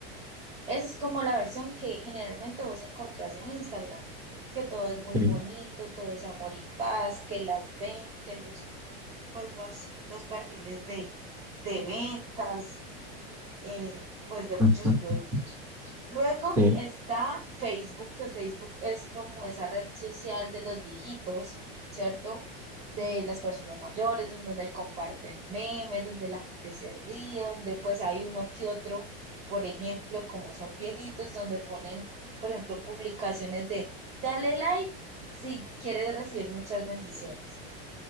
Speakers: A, on the right; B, in the centre.
A: Esa es como la versión que generalmente vos encontrás en Instagram, que todo es muy
B: Sí.
A: bonito, todo es amor y paz, que las ven, que los, pues las, los perfiles de, de ventas, eh, pues de
B: ujú,
A: muchos productos. Luego
B: Sí.
A: está Facebook, que Facebook es como esa red social de los viejitos, ¿cierto? De las personas mayores, donde comparten memes, donde la gente se ríe, donde pues hay uno que otro, por ejemplo, como son viejitos, donde ponen, por ejemplo, publicaciones de dale like si quieres recibir muchas bendiciones.